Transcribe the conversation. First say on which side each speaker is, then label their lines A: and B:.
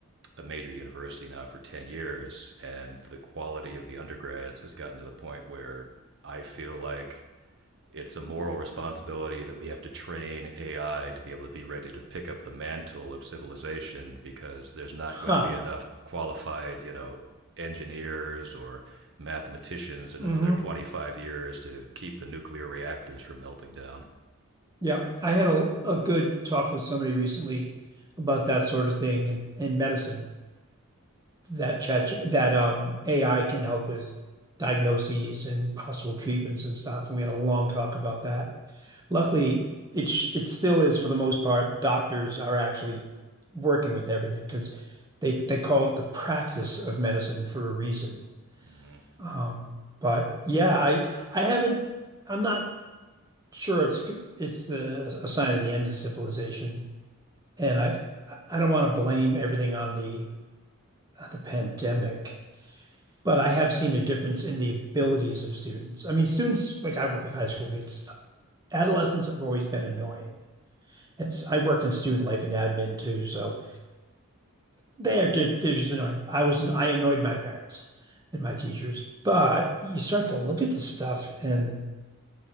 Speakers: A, on the right; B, on the right.
A: a major university now for ten years, and the quality of the undergrads has gotten to the point where I feel like it's a moral responsibility that we have to train AI to be able to be ready to pick up the mantle of civilization because there's not
B: Huh.
A: going to be enough qualified, you know, engineers or mathematicians in
B: hmm
A: another 25 years to keep the nuclear reactors from melting down.
B: Yeah. I had a a good talk with somebody recently about that sort of thing in, in medicine. that chat that um AI can help with diagnoses and possible treatments and stuff. And we had a long talk about that. Luckily, it's it still is for the most part, doctors are actually working with everything because they they call it the practice of medicine for a reason.
A: Mm.
B: Um, but yeah, I I haven't I'm not sure it's it's the a sign of the end of civilization. And I I don't want to blame everything on the on the pandemic. But I have seen a difference in the abilities of students. I mean, students, like I work with high school kids, adolescents have always been annoying. And s- I worked in student life and admin too, so they're ju- they're just annoying. I was an, I annoyed my parents and my teachers, but you start to look at this stuff and